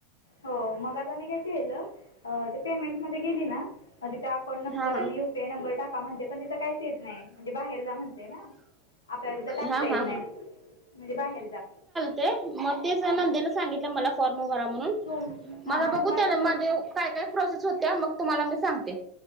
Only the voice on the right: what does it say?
हा
हा हा
तेच मग. तेच नंद्याने
सांगितलं मला फॉर्म भरा म्हणून,
माझ
बघू
त्या
माझे
काय काय. प्रोसेस होत्या, मग तुम्हाला मी सांगते.